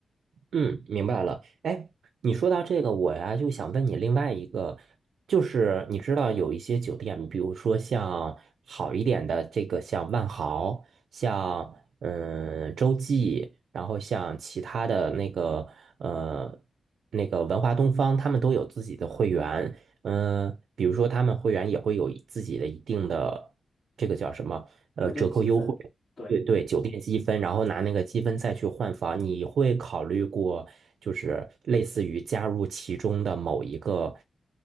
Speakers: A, on the right; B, on the left.
A: 嗯，明白了。哎，你说到这个，我呀就想问你另外一个，就是你知道有一些酒店，比如说像好一点的这个，像万豪，像嗯洲际，然后像其他的那个呃那个文华东方，他们都有自己的会员。嗯、比如说他们会员也会有自己的一定的这个叫什么呃折扣优惠。
B: 酒店积分，对。
A: 对对，酒店积分，然后拿那个积分再去换房，你会考虑过，就是类似于加入其中的某一个